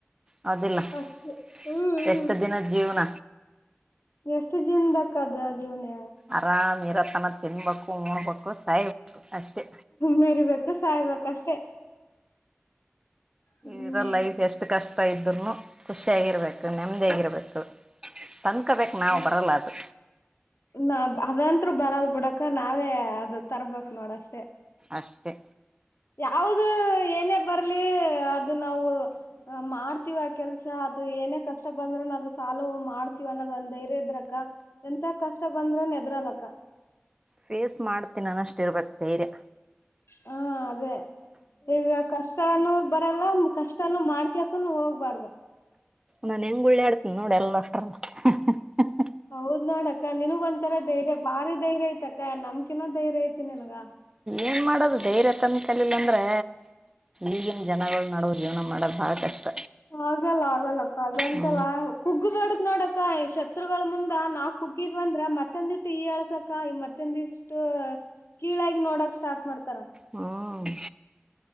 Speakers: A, on the right; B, on the left.
A: ಹೌದಿಲ್ಲ
B: ಅಷ್ಟೇ
A: <inaudible>
B: ಹ್ಮ್ ಹ್ಮ್
A: ಎಷ್ಟು ದಿನದ ಜೀವನ
B: ಎಷ್ಟು ಜೀನ್ದಕ್ಕ ಅದು ಜೀವನ
A: ಆರಾಮ್ ಇರೋತನ ತಿನ್ಬೇಕು ಉಣ್ಡ್ಬೇಕು ಸಾಯಬೇಕು ಅಷ್ಟೆ
B: ಮೀರಿಬೇಕು ಸಾಯ್ಬೇಕಷ್ಟೇ. ಹ್ಮ್
A: ಇದರ ಲೈಫ್ ಎಷ್ಟು ಕಷ್ಟ ಇದ್ರುನು ಖುಷಿಯಾಗಿರ್ಬೇಕು ನೆಮ್ಮದಿ ಆಗಿರ್ಬೇಕು ತಂದ್ಕಬೇಕು ನಾವು
B: ಅ
A: ಬರಲ್ಲ ಅದು
B: ನಾ ಅದಂತ್ರು ಬರಲ್ ಬಿಡಕ್ಕಾ ನಾವೇ ಅದು ತರ್ಬೇಕಕ್ ನೋಡಷ್ಟೇ
A: ಅಷ್ಟೆ.
B: ಯಾವ್ದ ಏನೇ ಬರ್ಲಿ ಅದು ನಾವು ಮಾಡ್ತೀವ ಕೆಲ್ಸ ಅದು ಏನೇ ಕಷ್ಟ ಬಂದ್ರರುನು ಅದು ಸಾಲು ಮಾಡ್ತೀವ ಅನ್ನೋದ್ ಒನ್ದ ಧೈರ್ಯ ಇದ್ರಕ್ಕ ಎಂತ ಕಷ್ಟ ಬಂದ್ರೆನು ಏದ್ರಲಕ್ಕ
A: ಫೇಸ್ ಮಾಡ್ತೀನಿ ಅನ್ನ ಅಷ್ಟು ಇರ್ಬೇಕಕ್ ಧೈರ್ಯ
B: ಹಾ ಅದೇ ಈಗ ಕಷ್ಟನು ಬರಲ್ಲ ಕಷ್ಟನು <unintelligible> ಮಾಡ್ಕಕು ಹೋಗ್ಬಾರ್ದ
A: ನನ್ ಹೆಂಗ ಗುಳ್ಳ ಆಡ್ತನಿ ನೋಡಿ ಎಲ್ಲ ಅಷ್ಟರಲ್ಲ ಹ <inaudible>
B: ಹೌದ್ ನೋಡಕ್ಕ ನನ್ಗ ಒಂತರ ಧೈರ್ಯ ಭಾರಿ ಧೈರ್ಯ ಐತಕ್ಕ ನಮ್ಕಿನ ಧೈರ್ಯ ಐತಿ ನನ್ಗ
A: ಏನ್ ಮಾಡೋದು ಧೈರ್ಯ ತನಕಲಿಲ್ಲ ಅಂದ್ರೆ ಈಗಿನ ಜನಗಳ ನಡುವ ಜೀವನ ಮಾಡೋದು ಬಹಳ ಕಷ್ಟ.
B: ಆಗಲ್ಲ ಆಗಲ್ಲಕ್ಕ ಅದಂತೆಲ್ಲ
A: ಹ್ಞೂ
B: ಕುಗ್ಗು ಬರ್ದ್ ನೋಡಕ್ ಕ್ಕ ಶತ್ರುಗಳ ಮುಂದ ನಾ ಕುಗ್ಗಿದ್ವ ಅಂದ್ರೆ ಮತ್ತೊಂದಿಷ್ಟು ಈ ಇಯಲ್ಸಕ್ಕ ಮತ್ತಂದಿಷ್ಟು ಕೀಳಾಗಿ ನೋಡಕ್ ಸ್ಟಾರ್ಟ್ ಮಾಡ್ತಾರ
A: ಹ್ಮ